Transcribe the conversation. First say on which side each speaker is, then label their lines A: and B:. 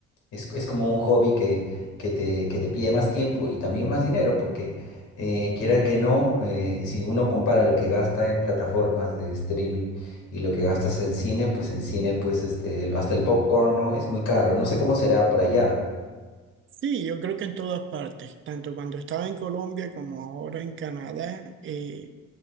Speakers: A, on the left; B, on the right.
A: es, es como un hobby que, que te, que te pide más tiempo y también más dinero, porque eh, quiera que no, eh, si uno compara lo que gasta en plataformas de streaming y lo que gastas en cine, pues en cine, pues este, el- hasta el popcorn, ¿no? Es muy caro. No sé cómo será por allá.
B: Sí, yo creo que en todas partes, tanto cuando estaba en Colombia como ahora en Canadá, eh,